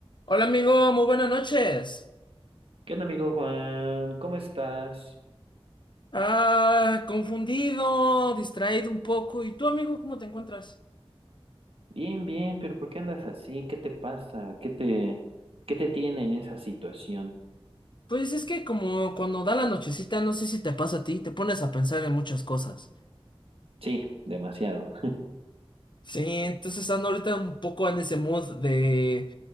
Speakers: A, on the left; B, on the right.
A: Hola amigo, muy buenas noches.
B: ¿Qué onda, amigo Juan? ¿Cómo estás?
A: Ah, confundido, distraído un poco. ¿Y tú amigo, cómo te encuentras?
B: Bien, bien, pero ¿por qué andas así? ¿Qué te pasa? ¿Qué te, qué te tiene en esa situación?
A: Pues es que como cuando da la nochecita, no sé si te pasa a ti, te pones a pensar en muchas cosas.
B: Sí, demasiado.
A: Sí, entonces ando ahorita un poco en ese mood de